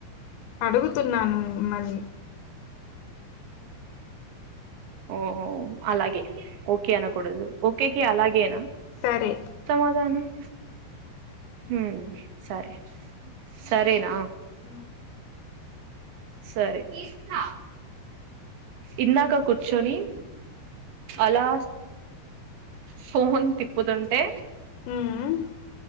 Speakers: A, on the left; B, on the right.
A: అడుగుతున్నాను మిమ్మల్ని
B: ఊ ఓ అలాగే ఓకే అనకూడదు ఓకేకి అలాగేనా
A: సరే
B: సమాధానం <inaudible> ఊ సరే సరేనా
A: ఆ
B: సరే తీస్తా ఇందాక కూర్చొని అలా స్పూన్ తిప్పుతుంటే
A: హమ్